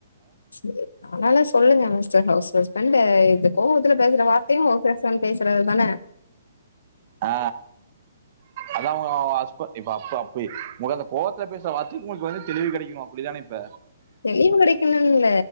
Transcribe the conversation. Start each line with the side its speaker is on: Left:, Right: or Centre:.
Left: சரி அதனால சொல்லுங்க மிஸ்டர் ஹவுஸ் ஹஸ்பண்ட் இது கோபத்துல பேசுற வார்த்தையு ஹவுஸ் ஹஸ்பண்ட பேசுறது தான
Right: அ அதாங்க உங்க ஹஸ்பண்ட இப்ப அப்ப அப்ப உங்க அந்த கோவத்துல பேசுற வார்த்த உங்களுக்கு வந்து தெளிவு கிடைக்கணு அப்படிதான இப்ப
Left: தெளிவு கிடைக்கணும் இல்ல